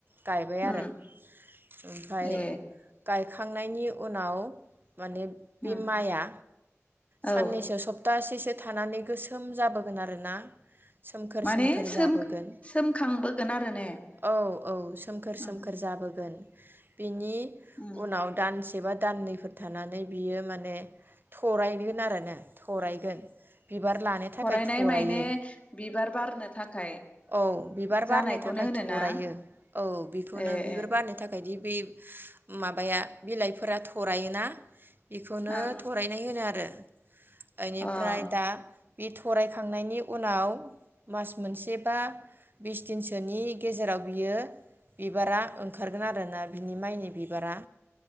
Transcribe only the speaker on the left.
उम
ए
उम
औ
माने
सोम-सोमखांबोगोन
आरो ने?
उम
उम
फरायनाय
मायने बिबार बारनो थाखाय
जानायखौनो
होनोना
ए
ए
ओं ओं
अ